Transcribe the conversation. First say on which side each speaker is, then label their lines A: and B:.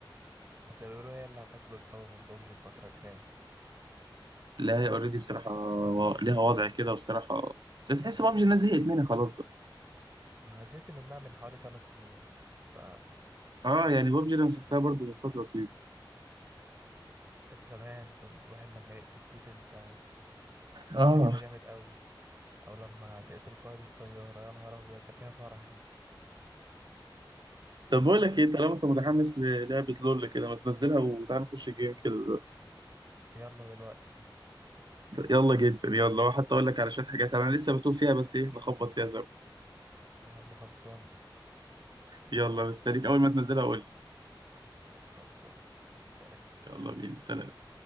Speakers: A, on the right (about 30°); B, on the right (about 60°).
A: بس بيقولوا هي اللي هتاكل الجو من بابجي الفترة الجاية
B: لا هي اوريدي بصراحة و- ليها وضع كده بصراحة بس تحس بابجي الناس زهقت منها خلاص بقى
A: أنا زهقت منها من حوالي خمس سنين ف
B: اه يعني بابجي انا مسحتها برضو من فترة طويلة
A: كانت زمان كنا الواحد لما يقتل بوت انت
B: اه
A: انت كده جامد قوي او لما تقتل قائد الطيارة يا نهار ابيض ده فيها فرح دي
B: طب بقول لك ايه طالما انت متحمس للعبة لول كده ما تنزلها وتعالى نخش الجيم كده دلوقتي
A: يلا دلوقتي
B: يلا جدا يلا حتى اقول لك على شوية حاجات انا لسه بتوه فيها بس ايه نخبط فيها زي
A: يا عم خلصان
B: يلا مستنيك اول ما تنزلها قول لي
A: يا خلصان سلام
B: يلا بينا سلام